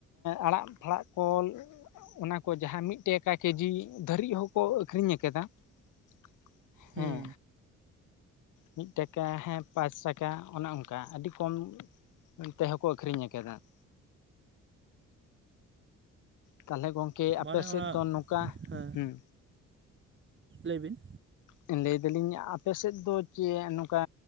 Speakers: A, on the left (about 85°); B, on the right (about 40°).
A: ᱟᱲᱟᱜ ᱯᱷᱟᱲᱟᱜ ᱠᱚ‌ ᱚᱱᱟ ᱠᱚ ᱡᱟᱦᱟᱸ ᱢᱤᱫᱴᱟᱠᱟ ᱠᱮᱡᱤ ᱫᱷᱟᱹᱨᱤᱡ ᱦᱚᱸᱠᱚ ᱟᱠᱷᱨᱤᱧ ᱠᱟᱫᱟ ᱾
B: ᱦᱩᱸ
A: ᱦᱮᱸ ᱢᱤᱫ ᱴᱟᱠᱟ ᱦᱮᱸ ᱯᱟᱸᱪ ᱴᱟᱠᱟ ᱚᱱᱮ ᱚᱱᱠᱟ ᱟᱹᱰᱤ ᱠᱚᱢ ᱮᱱ ᱛᱮ ᱦᱚᱠᱚ ᱟᱠᱷᱨᱤᱧ ᱟᱠᱟᱫᱟ ᱾ ᱛᱟᱦᱚᱞᱮ ᱜᱚᱝᱠᱮ ᱟᱯᱮ
B: ᱢᱟᱱᱮ
A: ᱥᱮᱫ
B: ᱚᱱᱟ
A: ᱫᱚ ᱱᱚᱝᱠᱟ?
B: ᱦᱮᱸ
A: ᱦᱩᱸ
B: ᱞᱟᱹᱭ ᱵᱤᱱ
A: ᱦᱮ ᱞᱟᱹᱭ ᱫᱟᱞᱤᱧ ᱟᱯᱮ ᱥᱮᱫ ᱫᱚ ᱪᱮ ᱱᱚᱝᱠᱟ